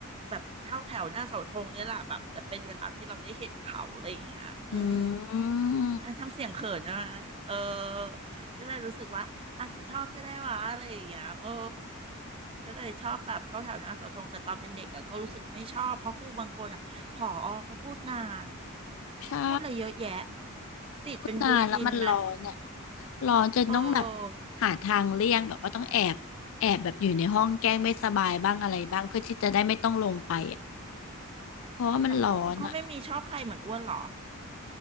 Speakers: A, on the right; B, on the left.
A: แบบเข้าแถวหน้าเสาธงเนี่ยแหละแบบจะเป็นเวลาที่เราได้เห็นเขาอะไรอย่างเงี้ยอืม
B: อืม
A: อ่ะทำเสียงเขินนะเออ ก็เลยรู้สึกว่าอ่ะชอบก็ได้วะอะไรอย่างเงี้ยเออ ก็เลยชอบแบบเข้าแถวหน้าเสาธงแต่ตอนเป็นเด็กอะก็รู้สึกไม่ชอบ เพราะครูบางคนอะผอก็พูดนาน
B: ใช่
A: พูดอะไรเยอะแยะ ติดเป็นบูเลตินไหม
B: พูดนานแล้วมันร้อนเนี่ยร้อนจนต้องแบบ
A: เออ
B: หาทางเลี่ยงแบบว่าต้องแอบแอบแบบอยู่ในห้องแกล้งไม่สบายบ้างอะไรบ้างเพื่อที่จะได้ไม่ต้องลงไปอ่ะเพราะว่ามันร้อนอ่ะ
A: หรอแล้วคุณอ้อไม่มีชอบใครเหมือนอ้วนหรอ